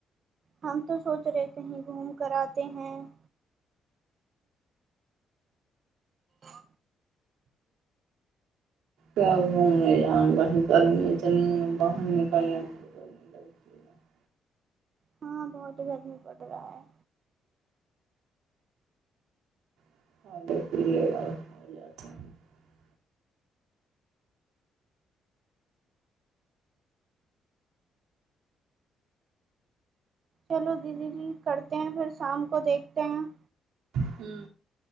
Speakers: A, on the right; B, on the right.
A: हम तो सोच रहे थे‌ कि कहीं घूम कर आते हैं आ <unintelligible>
B: क्य घम नहि ज गर्म चल बाहर निकलने प लग <unintelligible>
A: हँ बहुत गरमी पड़ रही है।
B: <unintelligible>
A: चलो दीदी जी करते हैं फेर शाम को देखते हैं
B: हूं